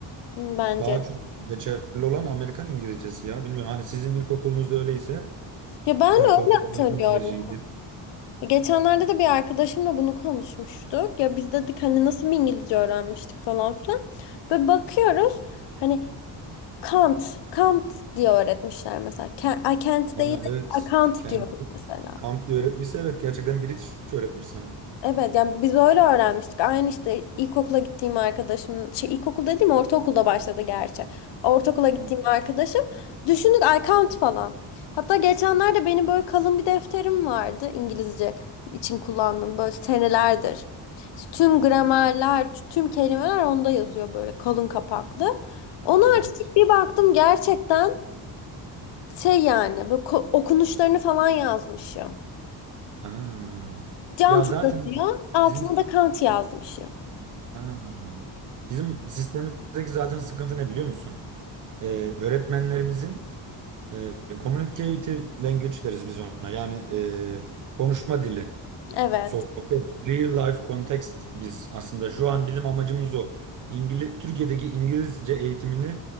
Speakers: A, on the left; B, on the right.
A: Hı, Bence.
B: Daha
A: de.
B: çok geçerli olan Amerikan İngilizcesi ya. Bilmiyorum hani sizin ilkokulunuzda öyleyse
A: Ya ben öyle
B: belki hocalarınızın
A: hatırlıyorum.
B: tercihidir.
A: Geçenlerde de bir arkadaşımla bunu konuşmuştuk. Ya biz dedik hani nasıl bir İngilizce öğrenmiştik falan filan. Ve bakıyoruz. Hani Kant, Kant diye öğretmişler mesela. Kent, ay Kent
B: Ha,
A: değil de
B: evet.
A: Kant
B: Kendi
A: diyorduk mesela.
B: Kantli öğretmişse evet gerçekten British öğretmiş sana.
A: Evet yani biz öyle öğrenmiştik. Aynı işte ilkokula gittiğim arkadaşım, şey ilkokul dediğim ortaokulda başladı gerçi. Ortaokula gittiğim
B: Ha,
A: arkadaşım düşündük ay Kant falan. Hatta geçenlerde benim böyle kalın bir defterim vardı İngilizce için kullandığım böyle senelerdir. İşte tüm gramerler, tüm kelimeler onda yazıyor böyle kalın kapaklı. Onu
B: Evet.
A: açtık bir baktım gerçekten Şey yani böyle ko- okunuşlarını falan yazmışım.
B: Aa.
A: Cantı'da
B: Ya zaten
A: diyor.
B: bak
A: Altına
B: bizim
A: da Kant yazmışım.
B: Aa. bizim sistemimizdeki zaten sıkıntı ne biliyor musun? Ee, öğretmenlerimizin e, communicative language deriz biz ona. Yani e, konuşma dili.
A: Evet.
B: Sohbet, real life context biz aslında şu an bizim amacımız o. İngiliz, Türkiye'deki İngilizce eğitimini